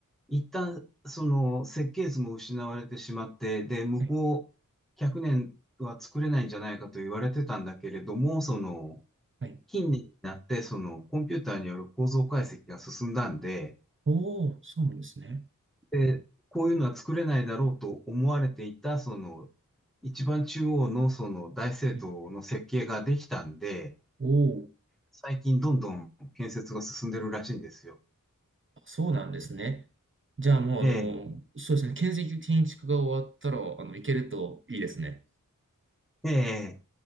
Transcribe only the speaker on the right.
はい、
はい。
おお、そうなんですね。
はいおお。
そうなんですね。じゃあもう、
あの、そうですね。建設的に建築が終わったら、あの、行けるといいですね。